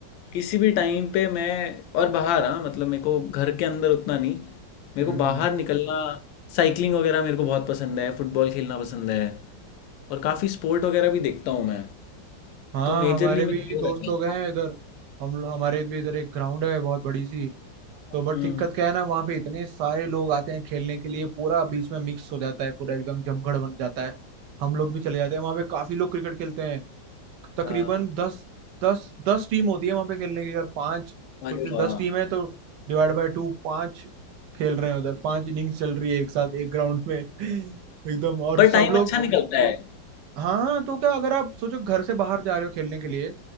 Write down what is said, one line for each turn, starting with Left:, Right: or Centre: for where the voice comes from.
Left: किसी भी टाइम पे मैं और बाहर हाँ मतलब मेरे को घर के अंदर उतना नहीं मेरे
Right: हम्म
Left: को बाहर
Right: हम्म।
Left: निकलना साइकिलिंग वगैरह मेरे को बहुत पसंद है फुटबॉल खेलना पसंद है और काफ़ी स्पोर्ट वगैरह भी देखता हूँ मैं
Right: हाँ
Left: तो मेजरली
Right: हमारे
Left: मेरे
Right: भी
Left: को वो
Right: दोस्त
Left: रहता
Right: लोग
Left: है
Right: हैं इधर हम लोग हमारे भी इधर एक ग्राउंड है बहुत बड़ी सी
Left: हम्म
Right: तो बट दिक्कत क्या है ना वहाँ पे इतने सारे लोग आते हैं खेलने के लिए पूरा बीच में मिक्स हो जाता है पूरा एकदम जमघट बन जाता है हम लोग भी चले जाते हैं वहाँ पे काफी लोग क्रिकेट खेलते हैं
Left: <laughs>
Right: तकरीबन
Left: हाँ,
Right: दस दस दस टीम होती है वहाँ पे खेलने की और पांच
Left: अरे
Right: सोचते
Left: वाह
Right: दस टीम है तो डिवाइड बाय टू पांच खेल रहे हैं उधर पांच इनिंग्स चल रही है एक साथ एक ग्राउंड में <laughs> एकदम और
Left: पर
Right: सब
Left: टाइम
Right: लोग
Left: अच्छा निकलता है
Right: हाँ तो क्या अगर आप सोचो घर से बाहर जा रहे हो खेलने के लिए